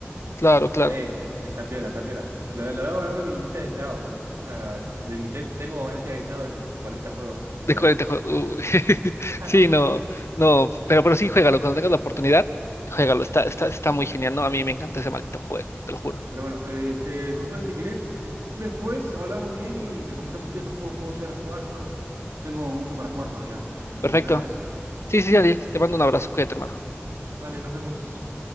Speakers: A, on the left (about 80°); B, on the right (about 85°).
A: Claro, claro.
B: Eh, este- está piola, está piola. Lo, lo voy a guardar en mi lista de deseados. Así ya, de mi ten- tengo una lista de deseados de 40 juegos, literal.
A: De 40 juegos. uy. <laughs>
B: <laughs>
A: Sí, no, no. Pero, pero sí, juégalo. Cuando tengas la oportunidad, juégalo. Está, está, está muy genial, ¿no? A mí me encanta ese maldito juego, te lo juro.
B: Pero bueno, eh, este, Josué, si querés, después hablamos bien y me comentás qué otro juego puedo llegar a jugar. Yo tengo mucho para jugar todavía. Y
A: Perfecto.
B: nada, eso.
A: Sí, sí, sí, Ariel. Te mando un abrazo. Cuídate, hermano.
B: Dale, nos vemos.